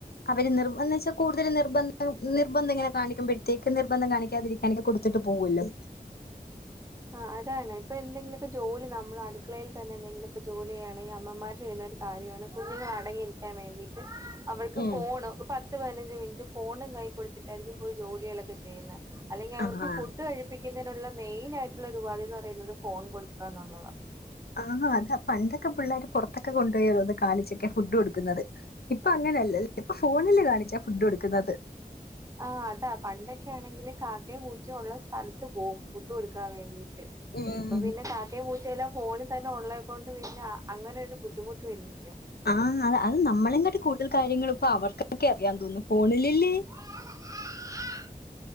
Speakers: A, on the left; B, on the right.
A: അവര് നിർബദ്ധിച്ചാ കൂടുതല് നിർബന്ധം നിർബന്ധം ഇങ്ങനെ കാണിക്കുമ്പഴ് ത്തേക്ക് നിർബന്ധം കാണിക്കാതിരിക്കാണെ കൊടുത്തിട്ട് പോകുവല്ലോ
B: ആഹ് അതാണ് ഇപ്പ എന്തെങ്കിലൊക്കെ ജോലി നമ്മള് അടുക്കളേൽ തന്നെ എന്തെങ്കിലൊക്ക ജോലി ചെയ്യാണെങ്കി അമ്മമാരെ കൈയ്യ്ന്നൊരു കാര്യാണ് കുഞ്ഞുങ്ങള് അടങ്ങിയിരിക്കാൻ വേണ്ടീട്ട് അവൾക്ക്
A: ഉം
B: ഫോണ് പത് പത്ത് പതിനഞ്ച് മിനിറ്റ് ഫോണും കൈ കൊടുത്തിട്ടായിരിക്കും പോയി ജോലികളൊക്കെ ചെയ്യുന്നെ അല്ലെങ്കിൽ അവർക്ക്
A: ആഹ്
B: ഫുഡ് കഴി പ്പിക്കുന്നതിനുള്ള മെയിൻ ആയിട്ടുള്ള ഒരു ഉപാധിന്ന് പറയുന്നത് ഫോൺ കൊടുക്കാന്നുള്ളതാണ്
A: ആന്നു അതാ പണ്ടൊക്കെ പിള്ളാര് പൊറത്തൊക്കെ കൊണ്ടുപോയാ ഓരോന്ന് കാണിച്ചൊക്കെ ഫുഡ് കൊടുക്കുന്നത് ഇപ്പ അങ്ങനെയല്ലൽ ഇപ്പ ഫോണില് കാണിച്ചാ ഫുഡ് കൊടുക്കുന്നത്
B: ആഹ് അതാ പണ്ടൊക്കെ ആണെങ്കില് കാക്കേം പൂച്ചയും ഒള്ള സ്ഥലത്ത് പോവും ഫുഡ്കൊടുക്കാൻ വേണ്ടീട്ട്
A: ഉം
B: ഇപ്പൊ പിന്നെ കാ കാക്കേം പൂച്ചേം എല്ലാം ഫോണി തന്നെ ഒള്ളെക്കൊണ്ട് പിന്നെ അങ്ങനൊരു ബുദ്ധിമുട്ട് വരുന്നില്ലാ
A: ആഹ് അതാ അത് നമ്മളെ കാട്ടി കൂടുതൽ കാര്യങ്ങള് ഇപ്പോ അവർക്കൊക്കെ അറിയാന്ന് തോനുന്നു ഫോണില് ലേ
B: <inaudible>